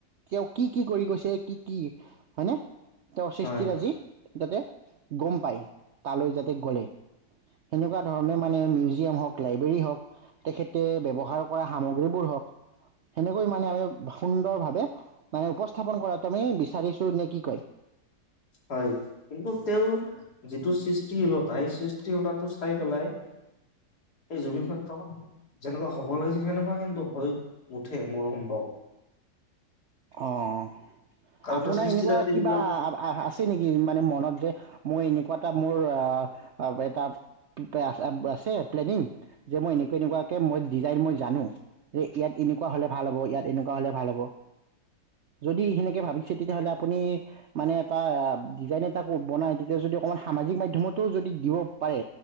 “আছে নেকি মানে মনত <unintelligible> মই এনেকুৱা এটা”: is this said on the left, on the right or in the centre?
Right